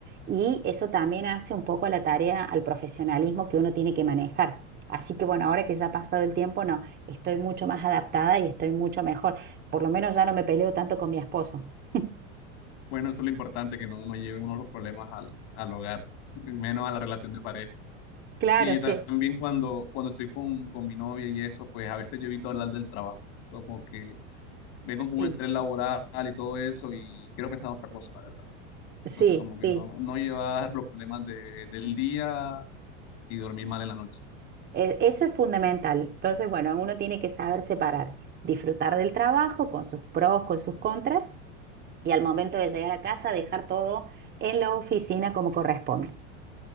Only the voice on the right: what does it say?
Y eso también hace un poco a la tarea, al profesionalismo que uno tiene que manejar. Así que bueno, ahora que ya ha pasado el tiempo, no, estoy mucho más adaptada y estoy mucho mejor. Por lo menos ya no me peleo tanto con mi esposo. <laughs>
Claro,
sí,
sí,
sí,
sí.
E- Eso es fundamental. Entonces, bueno, uno tiene que saber separar, disfrutar del trabajo con sus pros, con sus contras y al momento de llegar a casa dejar todo en la oficina como corresponde.